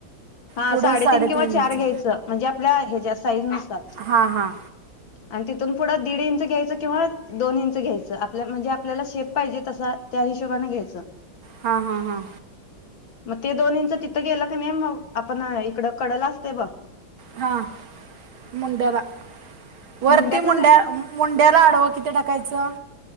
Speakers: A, on the left (about 70°); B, on the right (about 75°).
A: हा
B: पुढं
A: साडेतीन
B: साडेतीनचं
A: किंवा चार घ्यायचं. म्हणजे आपल्या याच्या साईजनुसार.
B: हां हां.
A: आणि तिथून पुढं दीड इंच घ्यायचं किंवा दोन इंच घ्यायचं आपल्या म्हणजे आपल्याला शेप पाहिजे तसा त्या हिशोबानं घ्यायचं.
B: हा हा हा.
A: मग ते दोन इंच तिथं गेलं की नाही मग आपण इकडं कडला असते बग
B: हा मुंड्याला वरती
A: मुंड्यात
B: मुंड्या
A: न
B: मुंड्याला आडवं किंती टाकायचं?